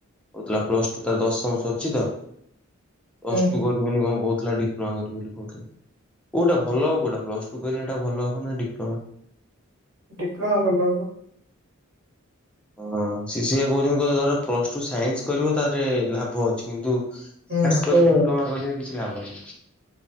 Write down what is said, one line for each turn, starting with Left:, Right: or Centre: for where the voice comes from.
Centre: ହେଲା ପ୍ଲସ ଟୁ ତାର ଦଶମ ସରିଚି ତ। ପସ୍
Right: ହୁଁ
Centre: ଟୁ କରିବେନି କଣ କହୁଥିଲା ଡିପ୍ଲୋମା କରିବି ବୋଲି କହୁଥିଲା। କୋଉଟା ଭଲ
Right: ହୁଁ
Centre: ହବ କୋଉଟା ପ୍ଲସ ଟୁ କହିଲେ ଏଟା ଭଲ ହବ ନା ଡିପ୍ଲୋମା?
Right: ଡିପ୍ଲୋମା କଲେ ହବ।
Centre: ହଁ ସେ ସେଇଆ କହୁଚନ୍ତିି ଧର ପ୍ଲସ ଟୁ ସାଇନ୍ସ କରିବ ତାରେ ଲାଭ ଅଛି କିନ୍ତୁ ଆର୍ଟ୍ସ
Right: ହୁଁ
Centre: <unintelligible> କିଛି ଲାଭ ନାହିଁ।